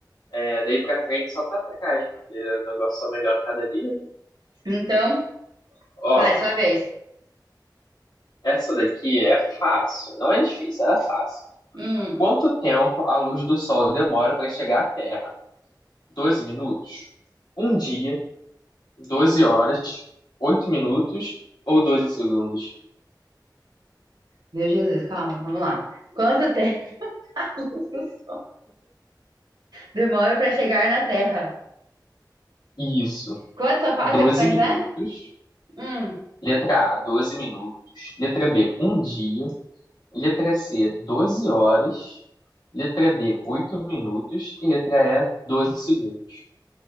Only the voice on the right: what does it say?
Então,
vai, sua vez.
Hum,
meu Jesus, calma, vamos lá. Quanto tempo <laughs> do Sol demora para chegar na Terra?
Quanto, quais
opções
é? Hum,